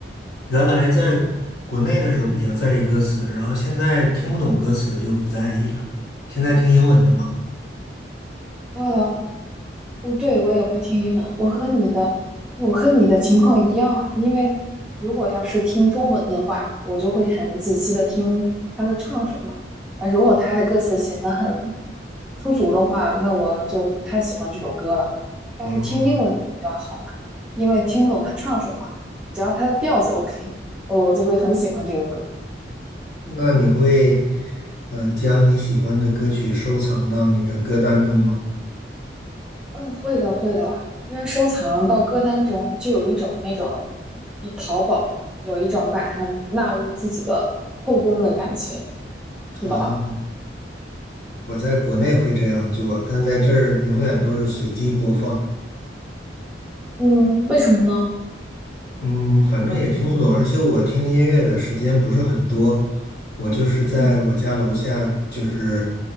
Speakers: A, on the left; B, in the centre.
A: 原来在国内的时候比较在意歌词，然后现在听不懂歌词就不在意了。现在听英文的吗？
B: 啊我对我也会听英文，我和你的，我和你的情况一样啊。因为如果要是听中文的话，我就会很仔细的听他在唱什么。啊，如果他的歌词写的很粗俗的话，那我就不太喜欢这首歌了。但是听英文比较好啊，
A: 哦，
B: 因为听不懂他唱什么，只要他的调子 OK，哦我就会很喜欢这个歌。
A: 那你会呃将你喜欢的歌曲收藏到你的歌单中吗？
B: 嗯，会的，会的，因为收藏到歌单中就有一种那种，诶，淘宝有一种把它纳入自己的后宫的感觉，是吧？
A: 哦，我在国内会这样做，但在这儿永远都是随机播放。
B: 嗯，为什么呢？
A: 嗯，反正也听不懂，而且我听音乐的时间不是很多，我就是在我家楼下，
B: 嗯，
A: 就是